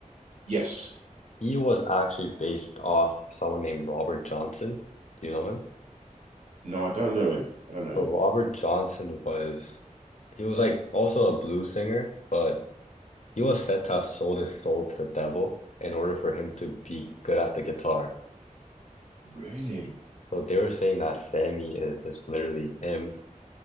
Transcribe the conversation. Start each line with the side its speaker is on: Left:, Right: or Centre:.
Right: Yes,
Left: He was actually based off someone named Robert Johnson. Do you know him?
Right: No, I don't know him. I don't know
Left: So
Right: him.
Left: Robert Johnson was he was like also a blues singer, but he was said to have sold his soul to the devil in order for him to be good at the guitar.
Right: Really?
Left: So they were saying that Sammy is just literally him.